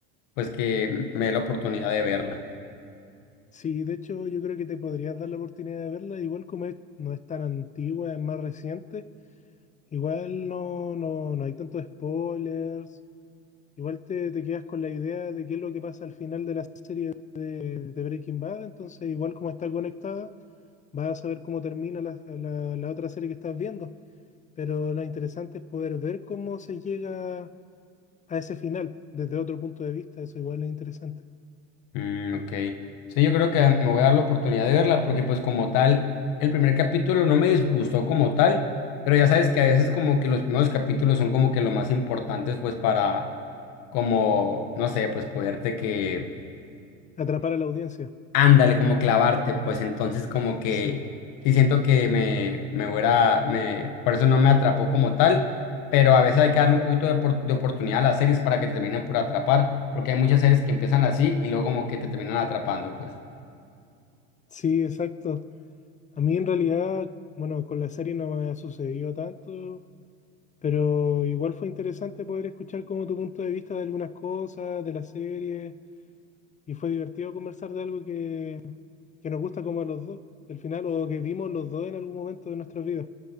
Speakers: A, on the left (about 65°); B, on the left (about 20°).
A: pues que me dé la oportunidad de verla.
B: Sí, de hecho yo creo que te podrías dar la oportunidad de verla, igual como es- no es tan antigua, es más reciente, igual no, no, no hay tantos spoilers, igual te, te quedas con la idea de qué es lo que pasa al final de la serie de, de Breaking Bad, entonces igual como está conectada, vas a saber cómo termina la, la- la otra serie que estás viendo, pero lo interesante es poder ver cómo se llega a ese final desde otro punto de vista, eso igual es interesante,
A: Mm, ok. Sí, yo creo que me voy a dar la oportunidad de verla porque pues como tal, el primer capítulo no me disgustó como tal, pero ya sabes que a veces como que los primeros capítulos son como que lo más importantes pues para como, no sé, pues poderte que...
B: atrapar a la audiencia,
A: Ándale, como clavarte, pues entonces como que
B: sí,
A: sí siento que me, me hubiera, me, por eso no me atrapó como tal, pero a veces hay que darle un poquito de, opor- de oportunidad a las series para que te terminen por atrapar, porque hay muchas series que empiezan así y luego como que te terminan atrapando, pues.
B: sí, exacto. A mí en realidad, bueno, con la serie no me ha sucedido tanto, pero igual fue interesante poder escuchar como tu punto de vista de algunas cosas, de la serie, y fue divertido conversar de algo que, que nos gusta como a los dos, que al final, o que vimos los dos en algún momento de nuestras vidas.